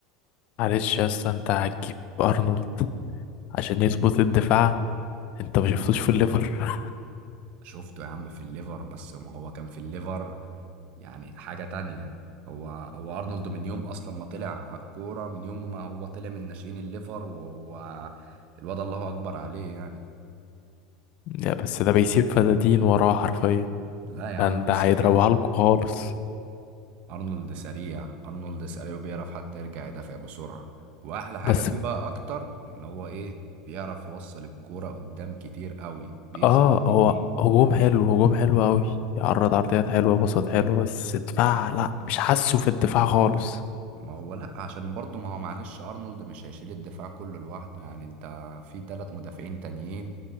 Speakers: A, on the left; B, on the right.
A: معلش يا اسطى انت هتجيب ارنولد عشان يظبط الدفاع انت ما شفتوش في الليفر
B: شفته يا عم في الليفر بس ما هو كان في الليفر يعني حاجة تانية هو هو أرنولد من يوم أصلا ما طلع على الكورة من يوم ما هو طلع من ناشئين الليفر وهو الواد الله أكبر عليه يعني
A: <laughs> يا بس ده بيسيب فدادين وراه حرفيا
B: لا يا عم
A: ده انت
B: بيسيب
A: هيضربها
B: فدا
A: لكم خالص
B: أرنولد سريع أرنولد سريع وبيعرف حتى يرجع يدافع بسرعة وأحلى حاجة
A: بس
B: فيه بقى أكتر إن هو إيه بيعرف يوصل الكورة قدام كتير قوي بيصنع
A: اه
B: كتير
A: هو هجوم حلو هجوم حلو قوي يعرض عرضيات حلوه بساط حلو بس دفاع لا مش حاسه في الدفاع خالص
B: ما هو لا عشان برضه ما هو معلش ارنولد مش هيشيل الدفاع كله لوحده يعني انت في تلات مدافعين تانيين